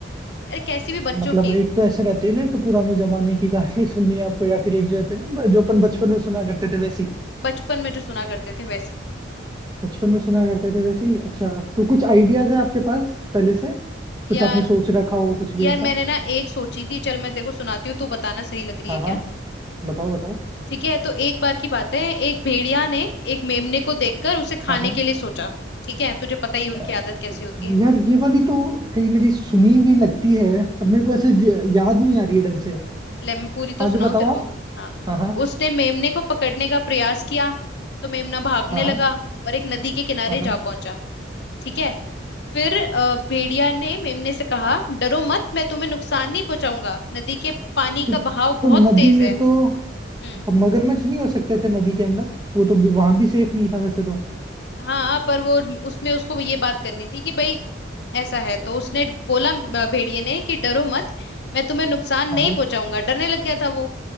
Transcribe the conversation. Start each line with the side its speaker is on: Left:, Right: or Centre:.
Left: अरे कैसी भी बच्चों
Right: मतलब
Left: की
Right: एक तो ऐसे रहते हैं ना एक तो पुराने जमाने की कहानी <laughs> सुननी है आपको या फिर एक जो रहते हैं ना जो अपन बचपन में सुना करते थे वैसी
Left: बचपन में जो सुना करते थे वैसी
Right: बचपन में सुना करते थे वैसी अच्छा तो कुछ आइडियाज है आपके पास पहले से
Left: यार
Right: कुछ आपने सोच रखा हो कुछ भी
Left: यार
Right: ऐसा
Left: मैंने ना एक सोची थी चल मैं देखो सुनाती हूँ तू बताना सही लग रही
Right: हाँ
Left: है
Right: हाँ
Left: क्या
Right: बताओ बताओ
Left: ठीक है तो एक बार की बात है एक भेड़िया ने एक मेमने को देखकर उसे खाने
Right: हाँ हाँ
Left: के लिए सोचा ठीक है तुझे पता ही है उनकी
Right: अ,
Left: आदत कैसी होती है
Right: यार ये वाली तो कहीं मेरी सुनी भी लगती है पर मेरे को ऐसे ज- याद नहीं आ रही है ढंग से
Left: ले मैं पूरी तो
Right: आगे
Left: सुनाऊं
Right: बताओ
Left: तेरे को
Right: आप
Left: हाँ
Right: हाँ हाँ
Left: उसने मेमने को पकड़ने का प्रयास किया तो मेमना भागने
Right: हाँ हाँ
Left: लगा और एक नदी के किनारे
Right: हाँ
Left: जा पहुंचा ठीक है फिर अ, भेड़िया ने मेमने से कहा डरो मत मैं तुम्हें नुकसान नहीं पहुंचाऊंगा नदी के पानी का
Right: तो, तो
Left: बहाव बहुत
Right: नदी
Left: तेज
Right: में
Left: है
Right: तो
Left: हम्म
Right: अब मगरमच्छ नहीं हो सकते थे नदी के अंदर वो तो वहां भी सेफ नहीं था वैसे तो
Left: हाँ पर वो उसमें उसको ये बात करनी थी कि भाई ऐसा है तो उसने बोला अ, भेड़िए ने कि डरो मत मैं तुम्हें नुकसान नहीं
Right: हाँ
Left: पहुंचाऊंगा डरने लग गया था वो